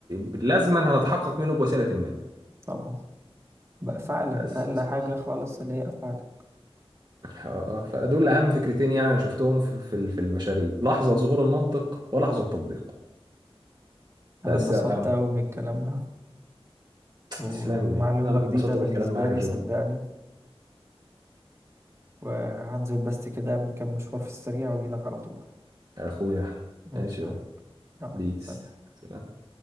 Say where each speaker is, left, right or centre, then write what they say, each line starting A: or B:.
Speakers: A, on the right; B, on the right.
A: ب... لازما هنتحقق منه بوسيله ما
B: طبعا بأفعالك
A: بس
B: أقل
A: يا سيدي
B: حاجة خالص اللي هي أفعالك
A: آه، آه، فدول اهم فكرتين يعني انا شفتهم في في ال- في البشريه لحظه ظهور المنطق ولحظه تطبيقه بس
B: أنا اتبسطت
A: يا عم
B: أوي من الكلام ده و-
A: تسلم
B: ومعلومة
A: لي انا اللي
B: جديدة
A: انبسطت
B: بالنسبة
A: بالكلام معاك
B: لي
A: يا جو
B: صدقني وهنزل بس كده أعمل كام مشوار في السريع وأجيلك على طول
A: يا اخويا
B: ماشي
A: ماشي يابا
B: يا حبيبي يلا
A: بيس
B: سلام
A: سلام